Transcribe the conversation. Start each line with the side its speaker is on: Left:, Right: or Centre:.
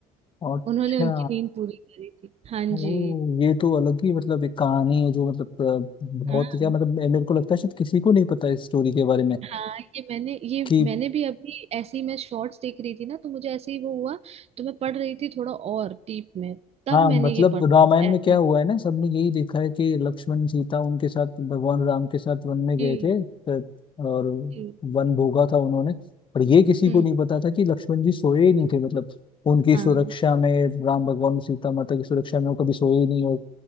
Left: अच्छा
Right: उन्होंने उनकी नींद पूरी करी थी हाँ
Left: ओ
Right: जी
Left: ये तो अलग ही मतलब एक कहानी है जो मतलब अ, बहुत
Right: हाँ
Left: क्या मतलब मे- मेरे को लगता है शायद किसी को नहीं पता इस स्टोरी के बारे में
Right: हाँ ये मैंने ये
Left: कि
Right: मैंने भी अभी ऐसे ही मैं शॉर्ट्स देख रही थी ना तो मुझे ऐसे ही वो हुआ तो मैं पढ़ रही थी थोड़ा और डीप में तब
Left: हाँ
Right: मैंने
Left: मतलब
Right: ये पढ़ा
Left: रामायण में
Right: ऐसा
Left: क्या
Right: हुआ।
Left: हुआ है ना सबने यही देखा है कि लक्ष्मण सीता उनके साथ भगवान राम के साथ वन में गए
Right: जी
Left: थे त- और
Right: जी
Left: वन भोगा था उन्होंने पर ये किसी
Right: हम्म
Left: को नहीं पता था कि लक्ष्मण जी सोए ही नहीं थे मतलब उनकी
Right: हाँ
Left: सुरक्षा में राम भगवान और सीता माता की सुरक्षा में वो कभी सोए ही नहीं और